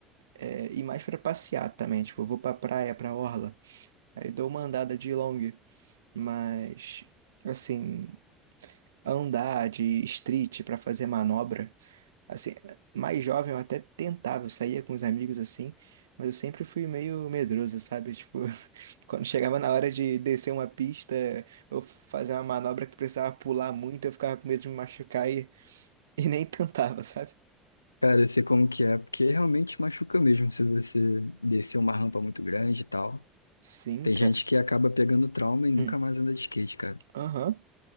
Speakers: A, on the right; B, on the left.
A: é, e mais pra passear também. Tipo, eu vou pra praia, pra orla. Aí dou uma andada de long. Mas, assim. andar de street pra fazer manobra. Assim, mais jovem eu até tentava, eu saía com os amigos assim, mas eu sempre fui meio medroso, sabe? Tipo, <laughs> quando chegava na hora de descer uma pista ou fazer uma manobra que precisava pular muito, eu ficava com medo de me machucar e, <laughs> e nem tentava, sabe?
B: Cara, eu sei como que é, porque realmente machuca mesmo se você descer uma rampa muito grande e tal.
A: Sim,
B: Tem
A: cara.
B: gente que acaba pegando trauma e nunca
A: Hum,
B: mais anda de skate, cara.
A: Aham,